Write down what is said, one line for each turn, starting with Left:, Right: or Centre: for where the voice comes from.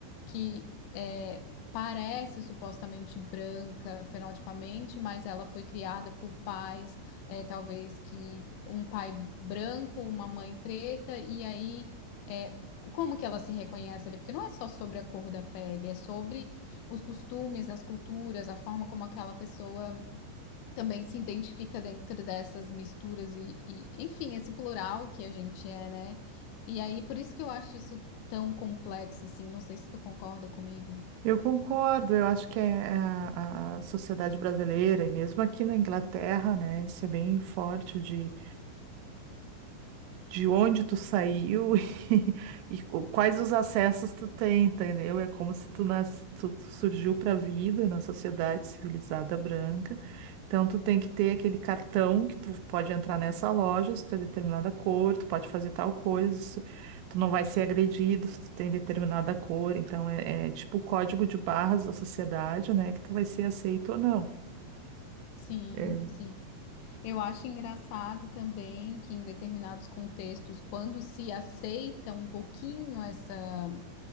Left: que é, parece supostamente branca fenotipamente, mas ela foi criada por pais é, talvez que um pai branco, uma mãe preta, e aí é, como que ela se reconhece ali? Porque não é só sobre a cor da pele, é sobre os costumes, as culturas, a forma como aquela pessoa também se identifica dentro dessas misturas e, e, enfim, esse plural que a gente é, né? E aí, por isso que eu acho isso tão complexo, assim, não sei se tu concorda comigo.
Right: eu concordo. Eu acho que é, é a, a sociedade brasileira, e mesmo aqui na Inglaterra, né, isso é bem forte de de onde tu saiu <laughs> e, co- quais os acessos tu tem, entendeu? É como se tu, nas, tu, tu surgiu para a vida na sociedade civilizada branca. Então, tu tem que ter aquele cartão que tu pode entrar nessa loja, se tu é determinada cor, tu pode fazer tal coisa, se tu não vai ser agredido se tu tem determinada cor. Então, é, é tipo o código de barras da sociedade, né? Que tu vai ser aceito ou não.
Left: Sim,
Right: É.
Left: sim. Eu acho engraçado também que em determinados contextos, quando se aceita um pouquinho essa,